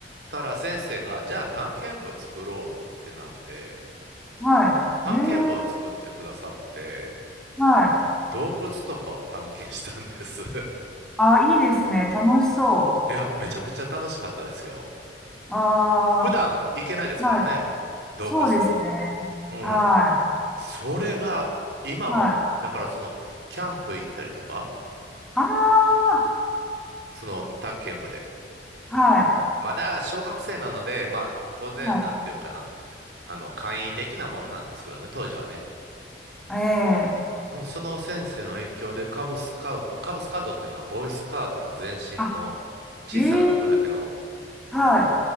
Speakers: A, on the right (about 65°); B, in the centre.
A: たら、先生が、じゃあ探検部作ろうってなって、
B: はい。
A: 探検部を作ってくださって、
B: ええはい。
A: 洞窟とかを探検したんです。<laughs>
B: あ、いいですね。楽しそ
A: いや、めちゃくちゃ楽しかったですよ。
B: う。あ
A: 普段行けないですからね。
B: あ、はい。
A: 洞窟とか。
B: そうですね。
A: うん。
B: は
A: それが、今も、
B: い。はい。
A: だからその、キャンプ行ったりとか、
B: あ
A: その探検部で。
B: あ、はい。
A: まだ小学生なので、まあ、当然、
B: は
A: なんていうかな、あの、簡易的なもんなんですけどね、当時はね。
B: い。ええ
A: でもその先生の影響でカブスカウト、カブスカウトっていうのはボーイスカウトの前身の
B: あ、
A: 小さな子だけの
B: ええはい。